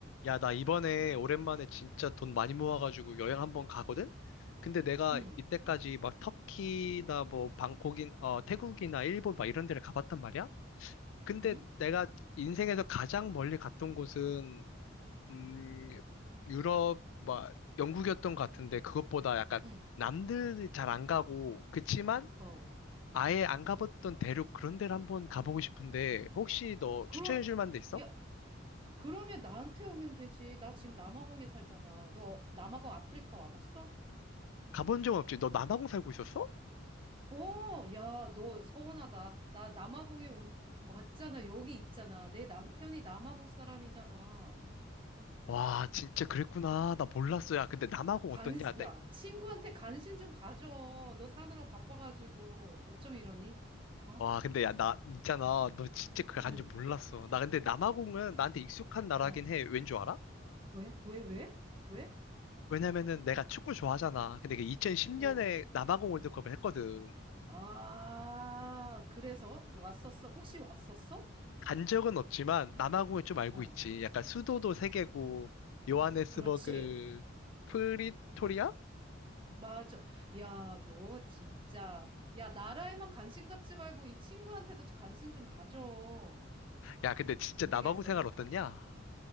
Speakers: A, on the left; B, on the right.
A: 야, 나 이번에 오랜만에 진짜 돈 많이 모아가지고 여행 한 번 가거든? 근데 내가
B: 응,
A: 이때까지 막 터키나 뭐 방콕인, 어, 태국이나 일본 막 이런 데를 가봤단 말이야? 근데
B: 응,
A: 내가 인생에서 가장 멀리 갔던 곳은, 음, 유럽, 막 영국이었던 것 같은데 그것보다 약간
B: 응,
A: 남들 잘 안 가고, 그치만
B: 어.
A: 아예 안 가봤던 대륙 그런 데를 한번 가보고 싶은데 혹시 너
B: 그럼,
A: 추천해줄 만한 데 있어?
B: 야, 그러면 나한테 오면 되지. 나 지금 남아공에 살잖아. 너 남아공 아프리카 와봤어?
A: 가본 적은 없지? 너 남아공 살고 있었어?
B: 어, 야, 너 서운하다. 나 남아공에 온, 왔잖아. 여기 있잖아. 내 남편이 남아공 사람이잖아.
A: 와, 진짜 그랬구나. 나 몰랐어. 야, 근데 남아공
B: 간,
A: 어떻냐? 내,
B: 야, 친구한테 간신 좀 가져. 너 사느라 바빠가지고. 어쩜 이러니? 어?
A: 와, 근데 야, 나, 있잖아. 너 진짜 그거 간줄
B: 응,
A: 몰랐어. 나 근데 남아공은 나한테 익숙한 나라긴
B: 어.
A: 해. 왠 줄 알아?
B: 왜? 왜, 왜? 왜?
A: 왜냐면은 내가 축구 좋아하잖아. 근데 그 2010년에
B: 어.
A: 남아공 월드컵을 했거든.
B: 아, 그래서 왔었어? 혹시 왔었어?
A: 간 적은 없지만 남아공을 좀 알고
B: 어,
A: 있지. 약간 수도도 세 개고, 요하네스버그,
B: 그렇지.
A: 프리토리아?
B: 맞아. 야, 너 진짜. 야, 나라에만 관심 갖지 말고 이 친구한테도 관심 좀 가져.
A: 야, 근데 진짜
B: 안
A: 남아공
B: 되겠어,
A: 생활
B: 너.
A: 어떻냐?